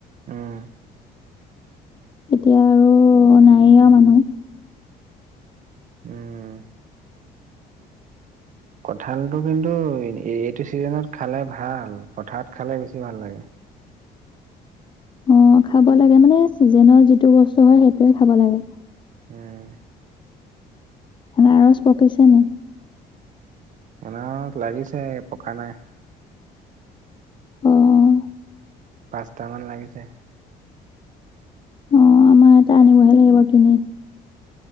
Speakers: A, on the right; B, on the left.
A: উম,
B: এতিয়া আৰু নাই আৰু মানুহ।
A: উম। কঠালটো কিন্তু এইটো চিজনত খালে ভাল, পথাৰত খালে বেছি ভাল লাগে।
B: উমঁ' খাব লাগে মানে চিজনৰ যিটো বস্তু হয় সেইটোয়ে খাব লাগে।
A: উমঁ।
B: আনাৰস পকিছে নাই?
A: আনাৰস লাগিছে পকা নাই।
B: উমঁ।
A: পাঁচটামান লাগিছে।
B: অঁ' আমাৰ এটা আনিবহে লাগিব কিনি।